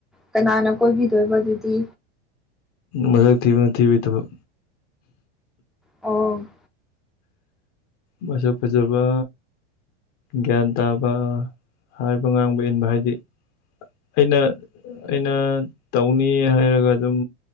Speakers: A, in the centre; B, on the left.
A: ꯀꯅꯥꯅ ꯀꯣꯏꯕꯤꯗꯣꯏꯕ ꯑꯗꯨꯗꯤ
B: ꯃꯁꯛ ꯊꯤꯕꯅ ꯊꯤꯕꯒꯤ ꯊꯕꯛ
A: ꯑꯣ
B: ꯃꯁꯛ ꯐꯖꯕ ꯒ꯭ꯌꯥꯟ ꯇꯥꯕ ꯍꯥꯏꯕ ꯉꯥꯡꯕ ꯏꯟꯕ ꯍꯥꯏꯗꯤ ꯑꯩꯅ ꯑꯩꯅ ꯇꯧꯅꯤ ꯍꯥꯏꯔꯒ ꯑꯗꯨꯝ